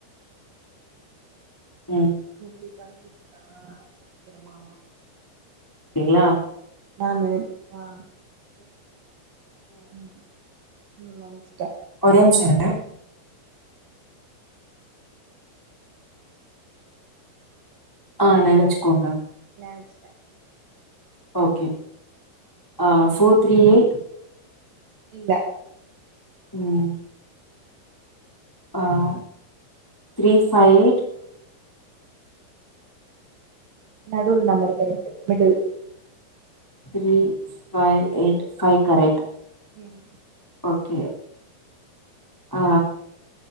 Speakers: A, on the left; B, on the right.
A: ம்
B: இது கண்டிச்தா அப்புறமா
A: ங்ளா
B: நா நெனக் வா ம் ம் அம்ச்சிட்டே
A: ஒரே நிமிஷோங்ருக்க ஆஹ் நெனச்சுக்கோங்க
B: நெனச்சிட்டே
A: ஓகே ஆ்
B: ம்
A: ஃபோர் த்ரீ எயிட்
B: இல்ல
A: உம் ஆஹ் த்ரீ ஃபைவ் எயிட்
B: நடுவுல் number correct middle
A: three five eight five correct
B: உம்
A: ஓக்கே ஆ